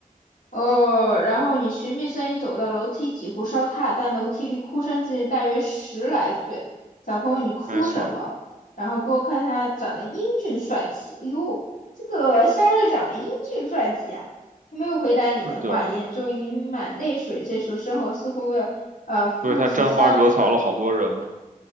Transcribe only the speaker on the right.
没错，
是的，
所以他沾花惹草了好多人嘛。